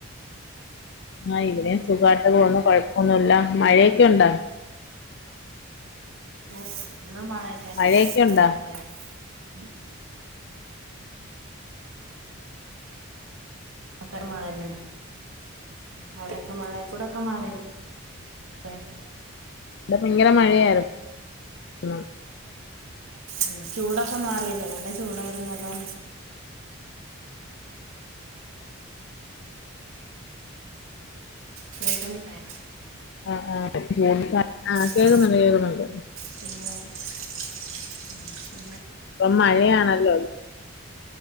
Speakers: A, on the left; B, on the right.
A: ആ ഇവിടെം സുഖാട്ട് പോന്നു കൊഴപ്പൊന്നുല്ല മഴയൊക്കെണ്ടാ
B: ഓ ഒന്നും പറല്ലേ
A: മഴയൊക്കെ ഉണ്ടോ
B: ഒന്നുല്ല ഉം അക്കെട് മഴവെരുന്ന്ണ് അവിടൊക്കെ മഴ ഇവ്ടൊക്ക മഴില്ല ഏ
A: ഇടെ ഭയങ്കര മഴയാര്ന്ന് ഉം
B: ഉം ചൂടൊക്കെ മാറീലെ നല്ല ചൂടായിരുന്നല്ലോ കേക്കണില്ലേ
A: ആ ആ കൂടുത ആ കേക്കുന്നുണ്ട്
B: ഉം
A: കേക്കുന്നുണ്ട്
B: പിന്നെ ഉം ശെ
A: ഇപ്പം മഴയാണല്ലോ